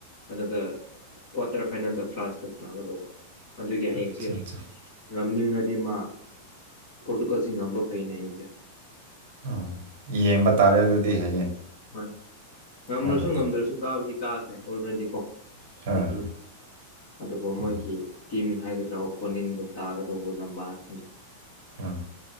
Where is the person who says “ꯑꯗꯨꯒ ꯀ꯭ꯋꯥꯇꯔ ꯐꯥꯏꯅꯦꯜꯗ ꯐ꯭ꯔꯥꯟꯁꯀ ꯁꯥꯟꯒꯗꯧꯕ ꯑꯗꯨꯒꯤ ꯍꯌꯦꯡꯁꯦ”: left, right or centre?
Left